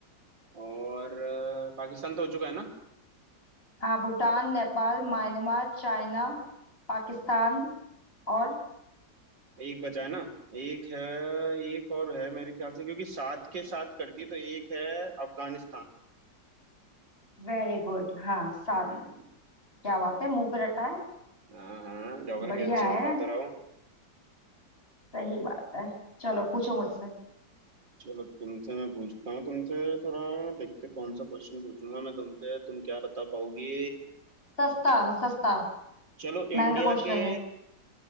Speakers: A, on the right (about 80°); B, on the left (about 30°).
A: और अ, पाकिस्तान तो हो चुका है ना
B: हाँ भूटान नेपाल म्यांमार चाइना पाकिस्तान और
A: एक बचा है ना एक है एक और है मेरे ख्याल से क्योंकि सात के साथ करती है तो एक है अफगानिस्तान
B: वेरी गुड हाँ सात
A: हम्म
B: क्या बात है मुंह पे रटा है
A: हाँ हाँ ज्योग्राफी
B: बढ़िया
A: अच्छी है,
B: है
A: बता तो रहा हूँ
B: सही बात है चलो पूछो मुझसे
A: चलो तुमसे मैं पूछता हूँ तुमसे थोड़ा देखते कौन सा क्वेश्चन पूछूंगा मैं तुमसे तुम क्या बता पाओगे
B: सस्ता सस्ता
A: चलो
B: महंगा
A: इंडिया
B: क्वेश्चन
A: के
B: है